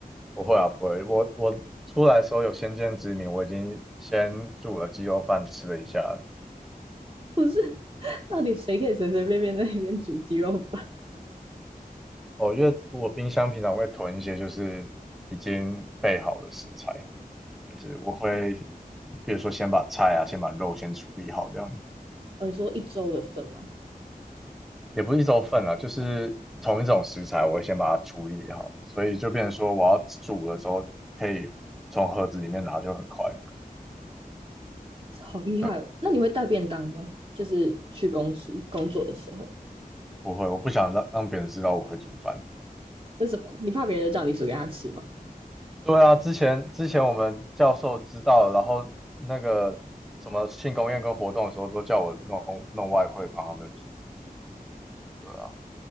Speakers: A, in the centre; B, on the right.
A: 不会啊，不会，我我出来的时候有先见之明，我已经先煮了鸡肉饭吃了一下了
B: 不是，<laughs> 到底谁可以随随便便在那边煮鸡肉饭？
A: 哦，因为我冰箱平常会囤一些就是已经备好的食材，就是我会比如说先把菜啊，先把肉先处理好这样。
B: 哦，你说一周的份吗？
A: 也不是一周份了，就是同一种食材，我会先把它处理好，所以就变成说我要煮的时候可以从盒子里面拿就很快。
B: 好厉害哦！
A: 对，
B: 那你会带便当吗？就是去公司工作的时候，
A: 不会，我不想让让别人知道我会煮饭。
B: 为什么你怕别人就叫你煮给他吃吗？
A: 对啊，之前之前我们教授知道了然后那个什么庆功宴跟活动的时候都叫我弄弄外汇帮他们煮。对啊，